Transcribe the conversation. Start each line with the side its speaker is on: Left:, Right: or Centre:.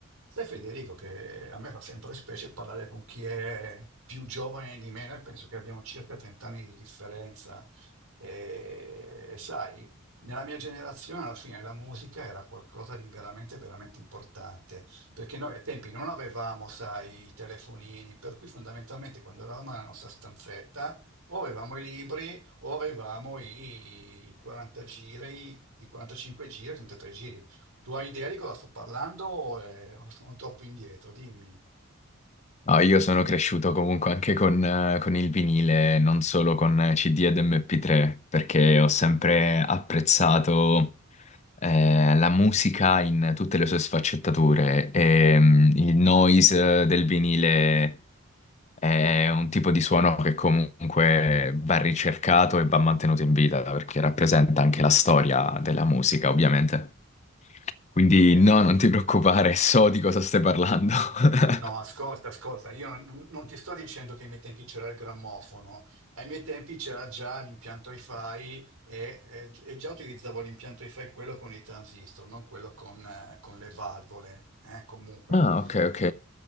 Right: Sai Federico che a me fa sempre specie parlare con chi è più giovane di me, noi penso che abbiamo circa 30 anni di differenza e e sai, nella mia generazione alla fine la musica era qualcosa di veramente, veramente importante, perché noi ai tempi non avevamo, sai, i telefonini, per cui fondamentalmente quando eravamo nella nostra stanzetta o avevamo i libri o avevamo i 40 giri, i 45 giri, i 33 giri. Tu hai idea di cosa sto parlando? o eh, o sono troppo indietro? Dimmi.
Left: No, io sono cresciuto comunque anche con, eh, con il vinile, non solo con CD ed MP3, perché ho sempre apprezzato eh, la musica in tutte le sue sfaccettature e mm, il noise del vinile è un tipo di suono che comunque va ricercato e va mantenuto in vita, perché rappresenta anche la storia della musica, ovviamente. Quindi
Right: Eh,
Left: no, non ti preoccupare, so di cosa stai parlando.
Right: No, ascolta,
Left: <laughs>
Right: ascolta, io non, non ti sto dicendo che ai miei tempi c'era il grammofono, ai miei tempi c'era già l'impianto hi-fi e, e- e già utilizzavo l'impianto hi-fi quello con i transistor, non quello con, eh, con le valvole, eh, comunque.
Left: Ah, ok, ok.